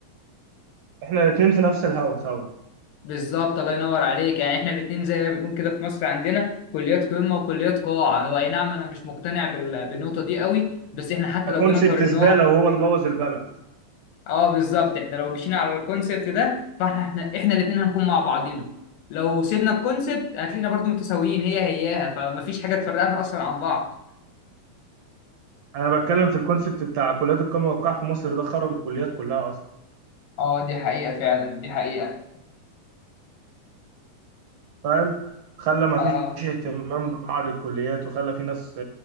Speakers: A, on the right (about 65°); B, on the left (about 85°).
A: احنا الاثنين في نفس الهوا سوا
B: بالظبط الله ينور عليك يعني احنا الاثنين زي ما بنقول كده في مصر عندنا كليات قمه وكليات قاع هو اي نعم انا مش مقتنع بال... بالنقطه دي قوي بس احنا حتى
A: الكونسيبت
B: لو جينا قارناه
A: زباله وهو اللي بوظ البلد
B: اه بالظبط احنا لو مشينا على الكونسبت ده فاحنا احنا, احنا الاثنين هنكون مع بعضينا لو سيبنا الكونسبت هتلاقينا برضو متساويين هي هياها فمفيش حاجه تفرقنا اصلا عن بعض
A: انا بتكلم في الكونسيبت بتاع كليات القمه والقاع في مصر ده خرب الكليات كلها اصلا
B: اه دي حقيقة فعلا دي حقيقة
A: فاهم خلى ما
B: آه
A: فيش اهتمام ببعض الكليات وخلى في ناس